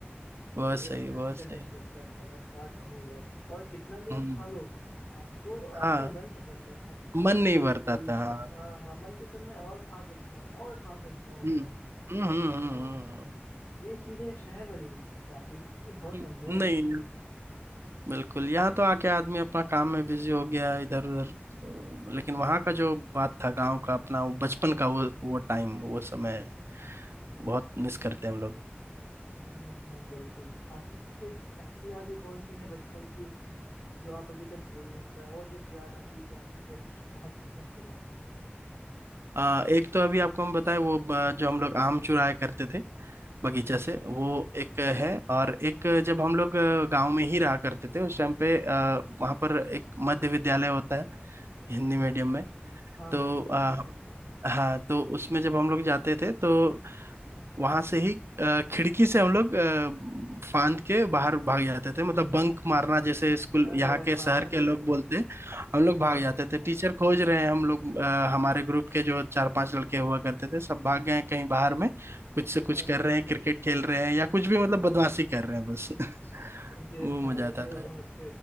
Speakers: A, on the right; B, on the left.
A: बहुत
B: वो
A: सही
B: इतना
A: बहुत
B: अच्छा
A: सही
B: डिश लगता था ना क्या कहूँ मैं और कितना भी आप
A: हम्म
B: खा
A: हम्म।
B: लो आपको आपका
A: हाँ
B: मन नहीं भरता था
A: मन नहीं
B: बिल्कुल
A: भरता था हाँ
B: हाँ हाँ मन के तो मैं और खा सकता हूँ और खा सकता हूँ
A: हम्म
B: मैं
A: हम्म हम्म हम्म,
B: हाँ
A: हम्म,
B: ये चीजें शहर में नहीं मिल पाती ये बहुत
A: हम्म,
B: अनमोल
A: नहीं
B: चीजें हैं
A: बिल्कुल यहाँ तो आके आदमी अपना काम में बिजी हो गया इधर उधर अ, लेकिन वहाँ का जो बात था गांव का अपना वो बचपन का वो वो टाइम वो समय बहुत मिस करते हैं हम लोग
B: हाँ हाँ बिल्कुल आपकी सबसे अच्छी यादें कौन सी हैं बचपन की जो आप अभी तक भूल नहीं पाए और जब याद आती है तो आपका दिल बहुत खुश हो जाता है
A: अ, एक तो अभी आपको हम बताएं वो अ, जो हम लोग आम चुराया करते थे बगीचा
B: हम्म
A: से
B: हम्म
A: वो एक है और एक जब हम लोग अ, गांव में ही रहा करते थे उस टाइम पे अ, वहाँ पर एक मध्य विद्यालय होता है हिंदी
B: हम्म।
A: मीडियम
B: हम्म।
A: में
B: हाँ
A: तो
B: मध्य विद्यालय
A: अ,
B: उत्सव।
A: हाँ तो उसमें जब हम लोग जाते थे तो वहां से ही अ, खिड़की से हम लोग अ, फांद के बाहर भाग जाते थे मतलब बंक मारना जैसे स्कूल
B: अरे
A: यहाँ के
B: हाँ
A: शहर
B: हाँ
A: के लोग बोलते हैं, हम लोग
B: हाँ
A: भाग जाते
B: हाँ
A: थे टीचर खोज रहे हैं हम लोग अ, हमारे ग्रुप के जो चार पांच लड़के हुआ करते थे सब भाग गए हैं कहीं बाहर में कुछ से कुछ
B: हाँ
A: कर
B: हाँ।
A: रहे हैं क्रिकेट खेल रहे हैं या कुछ भी मतलब बदमाशी कर रहे हैं बस <laughs>
B: अरे
A: वो
B: हाँ
A: मजा
B: ये
A: आता
B: तो
A: था
B: बहुत